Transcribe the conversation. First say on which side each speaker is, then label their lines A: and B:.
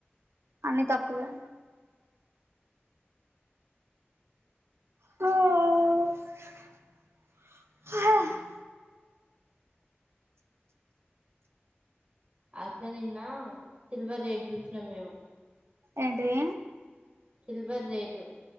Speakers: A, on the right; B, on the right.
A: అన్ని తక్కువే హ హ
B: అట్లే నిన్న సిల్వర్ రేట్ చూసినం మేము
A: ఏంటిది
B: సిల్వర్ రేటు